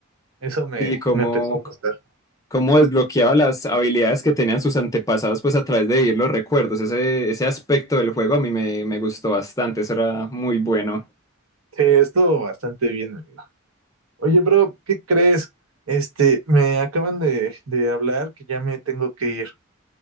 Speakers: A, on the right; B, on the left.
A: Eso me,
B: sí, como,
A: me empezó a gustar.
B: cómo desbloqueaba las habilidades que tenían sus antepasados, pues a través de vivir los recuerdos. Ese, ese aspecto del juego a mí me, me gustó bastante, eso era muy bueno.
A: Sí, estuvo bastante bien, amigo. Oye, bro, ¿qué crees? Este, me acaban de, de hablar que ya me tengo que ir.